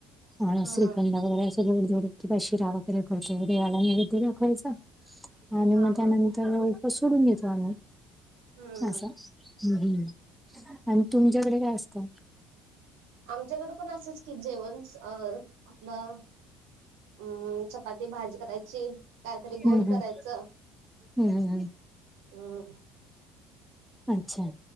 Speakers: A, in the centre; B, on the right (about 65°).
A: आणि
B: हम्म
A: श्रीखंड
B: हम्म.
A: वगैरे असं - किंवा शिरा वगैरे करतो. देवाला नेवैदय दाखवायचा आणि
B: हा
A: मग त्यानंतर-
B: हा
A: मग उपास सोडून देतो आम्ही.
B: हम्म
A: अस
B: हम्म.
A: हम्. हं. आणि तुमच्याकडे काय असत?
B: आमच्याकड पण असंच की जेवण अ आपलं हम्म, चपाती भाजी करायची कायतरी गोड
A: हम्म
B: करायचं.
A: हम्म हम्म हम्म हम्म
B: हम्म
A: अच्छा!